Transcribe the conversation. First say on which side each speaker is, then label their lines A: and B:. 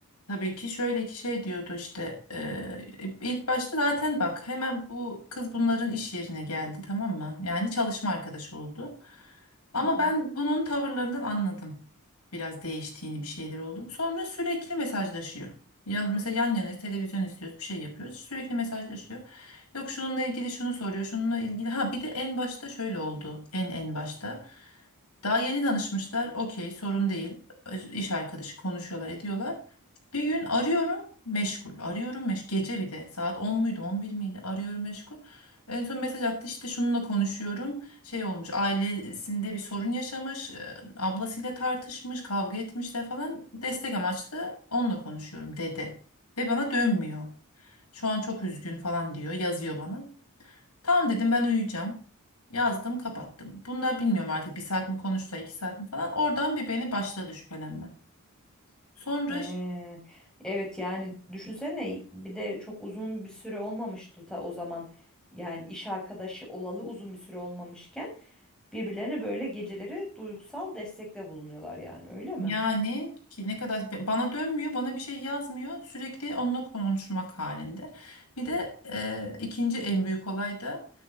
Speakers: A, on the left (about 85°); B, in the centre.
A: Tabii ki şöyle ki şey diyordu işte e, ilk başta zaten bak hemen bu kız bunların iş yerine geldi tamam mı? Yani çalışma arkadaşı oldu. Ama
B: Hı hı.
A: ben bunun tavırlarından anladım. Biraz değiştiğini bir şeyler oldu. Sonra sürekli mesajlaşıyor. Yan, mesela yan yana televizyon izliyoruz bir şey yapıyoruz sürekli mesajlaşıyor. Yok şununla ilgili şunu soruyor şununla ilgili. Ha bir de en başta şöyle oldu en en başta. Daha yeni tanışmışlar okey sorun değil iş arkadaşı konuşuyorlar ediyorlar. Bir gün arıyorum meşgul. Arıyorum meşgul. Gece bir de saat on muydu on bir miydi? Arıyorum meşgul. En son mesaj attı işte şununla konuşuyorum. Şey olmuş ailesinde bir sorun yaşamış. e, Ablasıyla tartışmış kavga etmişler falan. Destek amaçlı onunla konuşuyorum dedi. Ve bana dönmüyor. Şu an çok üzgün falan diyor yazıyor bana. Tamam dedim ben uyuyacağım. Yazdım kapattım. Bunlar bilmiyorum artık bir saat mi konuştu iki saat mi falan. Oradan bir beni başladı şüphelenme. Sonra
B: He. Evet yani düşünsene bir de çok uzun bir süre olmamıştı ta o zaman. Yani iş arkadaşı olalı uzun bir süre olmamışken birbirlerine böyle geceleri duygusal destekte bulunuyorlar yani öyle mi?
A: Yani ki ne kadar bana dönmüyor, bana bir şey yazmıyor. Sürekli onunla konuşmak halinde. Bir de e, ikinci en büyük olay da